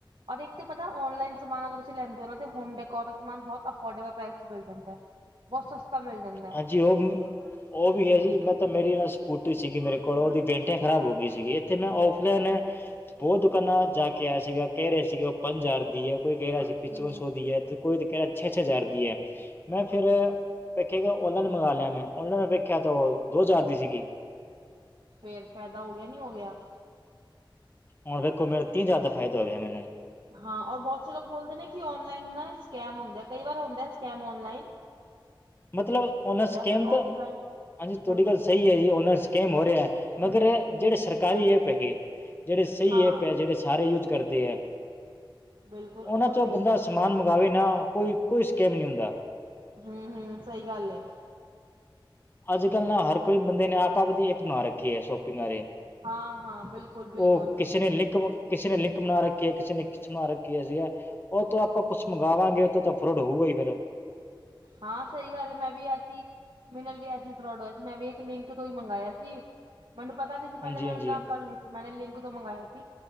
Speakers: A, on the right; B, on the left.
A: ਔਰ ਇੱਕ ਤੇ ਪਤਾ ਆਨਲਾਈਨ ਸਮਾਨ ਅਗਰ ਤੁਸੀਂ ਲੈਂਦੇ ਹੋਮ ਡੇਕੋਨ ਬਹੁਤ ਅਫੋਰਡੇਬਲ ਪ੍ਰਾਈਸ ‌ਮਿਲ ਜਾਂਦਾ। ਬੋਹ ਸਸਤਾ ਮਿਲ ਜਾਂਦਾ
B: ਹਾਂਜੀ ਉਹ-ਉਹ ਵੀ ਹੈ ਜੀ ਮੈਂ ਤਾਂ ਮੇਰੀ ਨਾਲ ਸਕੂਟੀ ਸਕੂਟਰੀ ਸੀਗੀ ਮੇਰੇ ਕੋਲ ਉਹਦੀ ਬੈਟਰੀਆਂ ਖਰਾਬ ਹੋ ਗਈ ਸੀਗੀ ਇੱਥੇ ਮੈਂ ਔਫਲਾਈਨ ਬਹੁ ਦੁਕਾਨਾਂ ਜਾ ਕੇ ਆਇਆ ਸੀਗਾ ਕਹਿ ਰਹੀ ਸੀ ਪੰਜ ਹਜ਼ਾਰ ਦੀ ਹੈ। ਕੋਈ ਕਹਿ ਰਿਹਾ ਸੀ ਪਚਵਨ
A: ਹੂੰ
B: ਸੌ ਦੀ ਹੈ ਤੇ ਕੋਈ ਕਹਿ ਰਿਹਾ ਛੇ-ਛੇ ਹਜ਼ਾਰ ਦੀ ਹੈ ਮੈਂ ਫਿਰ ਵੇਖਿਆ ਕਿ ਔਨਲਾਈਨ ਮੰਗਾਲਿਆ ਮੈਂ ਔਨਲਾਈਨ ਵੇਖਿਆ ਤਾਂ ਉਹ ਦੋ ਹਜ਼ਾਰ ਦੀ ਸੀਗੀ।
A: ਫਿਰ ਫਾਇਦਾ ਹੋ ਗਿਆ ਨੀ ਹੋ ਗਿਆ।
B: ਹੁਣ ਦੇਖੋ ਮੇਰੇ ਤਿੰਨ ਹਜਾਰ ਦਾ ਫਾਇਦਾ ਹੋ ਗਿਆ ਮੈਨੂੰ
A: ਹਾਂ ਬਹੁਤ ਸਾਰੇ ਲੋਕ ਬੋਲਦੇ ਨੇ ਕਿ ਆਨਲਾਈਨ ਨਾ ਸਕੈਮ ਹੁੰਦਾ ਕਈ ਵਾਰ ਹੁੰਦਾ ਸਕੈਮ ਆਨਲਾਈਨ
B: ਮਤਲਬ ਉਹਨਾਂ ਸਕੈਮ
A: ਪਰ
B: ਤੋਂ
A: ਔਫਲਾਈਨ
B: ਹਾਂਜੀ ਤੁਹਾਡੀ
A: ਹੋ ਜਾਂਦਾ
B: ਗੱਲ ਸਹੀ ਹੈ ਜੀ ਓਨਾਂ ਸਕੈਮ ਹੋ ਰਿਹਾ ਮਗਰ ਜਿਹੜੇ
A: ਹੂੰ
B: ਸਰਕਾਰ ਐਪ ਹੈਗੇ। ਜਿਹੜੇ ਸਹੀ
A: ਹਾਂ
B: ਐਪ ਹੈ ਜਿਹੜੇ ਸਾਰੇ ਯੂਜ ਕਰਦੇ ਐ।
A: ਬਿਲਕੁਲ
B: ਉਹਨਾਂ
A: ਉਹ
B: 'ਚੋਂ
A: ਸਹੀ
B: ਬੰਦਾ
A: ਨੇ
B: ਸਮਾਨ ਮੰਗਾਵੇ ਨਾ ਕੋਈ ਕੋਈ ਸਕੈਮ ਨਹੀਂ ਹੁੰਦਾ।
A: ਹੂੰ- ਹੂੰ ਸਹੀ ਗੱਲ ਏ।
B: ਅੱਜ ਕੱਲ੍ਹ ਨਾ ਹਰ ਕੋਈ ਬੰਦੇ ਨੇ ਆਪ ਦੀ ਐਪ ਨਾ ਰੱਖੀ ਹੈ ਸ਼ੋਪਿੰਗ ਬਾਰੇ
A: ਹਾਂ-ਹਾਂ, ਬਿਲਕੁਲ-ਬਿਲਕੁਲ
B: ਉਹ, ਕਿਸੇ ਨੇ ਲਿੰਕ ਕਿਸੇ ਨੇ, ਲਿੰਕ ਬਣਾ ਰੱਖੀ ਐ, ਕਿਸੇ ਨੇ ਖਿੱਚ ਬਨਾ ਰੱਖਿਆ ਸੀਗਾ। ਉਹ ਤੋਂ, ਆਪਾਂ ਕੁਛ ਮੰਗਵਾਵਾਂਗੇ, ਉਹ ਤੋਂ ਤਾਂ ਫਰੋਡ ਹੋਊਗਾ ਹੀ ਫਿਰ।
A: ਹਾਂ, ਸਹੀ ਗੱਲ ਮੈਂ ਵੀ ਐਸੀ ਮੇਰੇ ਨਾਲ ਵੀ, ਐਸੇ ਈ ਫਰੋਡ ਹੋਇਆ ਸੀ। ਮੈਂ ਵੀ ਇੱਕ ਲਿੰਕ ਤੋਂ ਹੀ ਮੰਗਾਇਆ ਸੀ। ਮੈਨੂੰ ਪਤਾ ਨੀ
B: ਹਾਂਜੀ
A: ਸੀ, ਪਹਿਲੇ ਮੈ
B: ਹਾਂਜੀ
A: ਉਨ੍ਹਾਂ ਨੂੰ ਕਰ ਲਈ ਸੀ, ਮੈਂਨੇ ਲਿੰਕ ਤੋਂ ਮੰਗਵਾਇਆ ਸੀ,